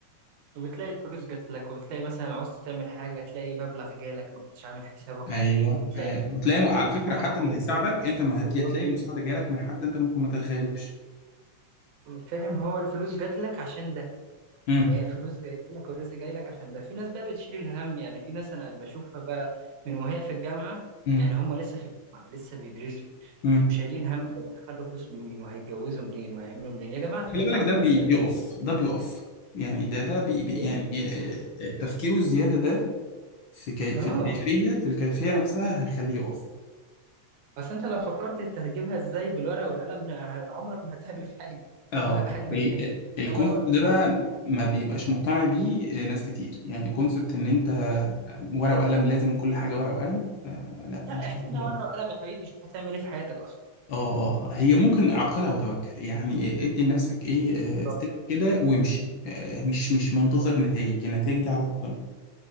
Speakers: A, on the right; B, on the left.
A: وبتلاقي الفلوس جات لك وبتلاقي مثلا عوزت تعمل حاجة تلاقي مبلغ جالك ما كنتش عامل حسابك
B: ايوه
A: عليه وتلاقي
B: أيوة. وتلاقي على فكره
A: فتح
B: حتى اللي
A: عليك
B: هيساعدك انت ما هت-
A: أبواب
B: هتلاقي
A: رزق.
B: المساعده جالك من حد انت ممكن ما تتخيلوش
A: فاهم هو الفلوس جات لك عشان ده
B: امم
A: يعني هي الفلوس جايه لك والرزق جاي لك عشان ده في ناس بقى بتشيل الهم يعني في ناس انا بشوفها بقى من وهي في الجامعه
B: امم
A: يعني هم لسه في الجامعه لسه بيدرسوا
B: امم
A: وشايلين هم هيدخلوا فلوس منين وهيتجوزوا منين وهيعملوا منين يا جماعه اتمتعوا
B: خلي بالك
A: بحياتكم
B: ده بي- بيقف
A: يا جماعه
B: ده بيقف يعني ده ده بي بي-
A: ايه
B: يعني آه، آه، تفكيره الزياده ده في كي في
A: اه
B: الكيفيه في الكيفيه نفسها هيخليه يقف
A: اصل انت لو فكرت انت هتجيبها ازاي بالورقه والقلم ه- عمرك ما هتعمل حاجه
B: اه
A: تفضل قاعد مكانك
B: ال- الكونسبت
A: والله ما تتحرك
B: ده بقى ما بيبقاش مقتنع بيه آه، ناس كتير يعني كونسبت ان انت ورقه وقلم لازم كل حاجه ورقه وقلم آه لا
A: لا
B: مش
A: احسبها
B: كل حاجه
A: ورقه
B: ورقه
A: وقلم يا حبيبي شوف هتعمل ايه في حياتك اصلا
B: اه اه هي ممكن عقلها وتوكل يعني ادي لنفسك ايه
A: بالظبط.
B: آه ستيب كده وامشي آه مش مش منتظر نتائج النتائج دي على ربنا